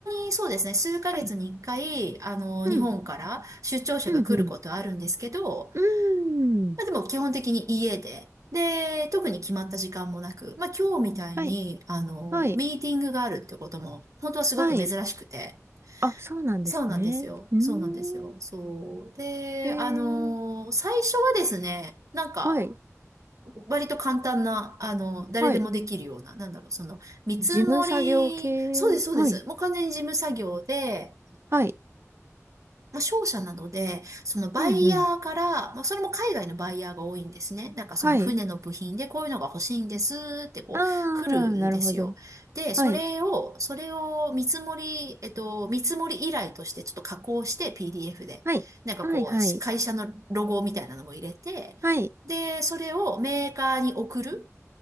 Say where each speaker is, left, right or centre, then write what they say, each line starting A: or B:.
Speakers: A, on the right; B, on the right.
A: に、そうですね、数ヶ月に一回、
B: はい。
A: あの、
B: うん、
A: 日本から出張者が来ることはあるんですけど、
B: うん、うん。うーん。
A: まあでも基本的に家で、で、特に決まった時間もなく、まあ今日みたいに、
B: はい、
A: あの、
B: はい、
A: ミーティングがあるってことも、本当はすごく珍しくて、
B: はい。あ、そうなんですね。
A: そうなんですよ。
B: うーん。
A: そうなんですよ。そう。で、
B: えー、
A: あのー最初はですね、なんか、
B: はい、
A: 割と簡単な、あの、誰でもできるような、
B: はい。
A: なんだろう、その、見積もり、
B: 事務作業系。
A: そうです、そうです。
B: はい、
A: もう完全に事務作業で、
B: はい。
A: まあ、商社などで、そのバイヤーから、
B: うん、うん。
A: まあ、それも海外のバイヤーが多いんですね。なんかその船の部品でこういうのが欲しいんですってこう来るんですよ。
B: はい。ああ、なるほど。
A: で、それを、
B: はい、
A: それを見積もり、えっと、見積もり依頼としてちょっと加工して PDF で、
B: はい、
A: なんかこう、
B: はい、はい、
A: 会社のロゴみたいなのも入れて、
B: はい、
A: で、それをメーカーに送る。